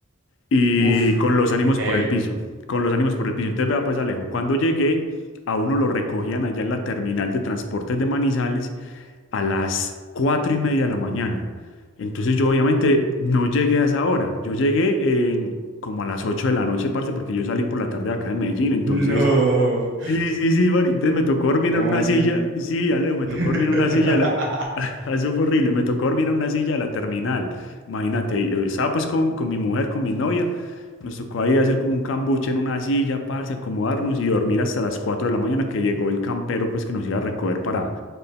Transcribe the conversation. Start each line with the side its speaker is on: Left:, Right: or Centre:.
Left: y
Right: Uf,
Left: con los ánimos
Right: heavy.
Left: por el piso,
Right: <laughs>
Left: con los ánimos por el piso. Entonces, vea pues Alejo, cuando llegué, a uno lo recogían allá en la terminal de transportes de Manizales a las cuatro y media de la mañana. Entonces yo obviamente no llegué a esa hora, yo llegué en- como a las 8 de la noche, parce, porque yo salí por la tarde de acá de Medellín, entonces,
Right: No.
Left: sí, sí, sí, parce, entonces me tocó dormir
Right: ¿Cómo
Left: en una
Right: así?
Left: silla, sí, Alejo, me
Right: <laughs>
Left: tocó dormir en una silla, de la- <laughs> eso fue horrible, me tocó dormir en una silla de la terminal, imagínate, y, eh, estaba pues con, con mi mujer, con mi novia, nos tocó ahí hacer como un cambuche en una silla, parce, acomodarnos y dormir hasta las 4 de la mañana que llegó el campero, pues que nos iba a recoger para,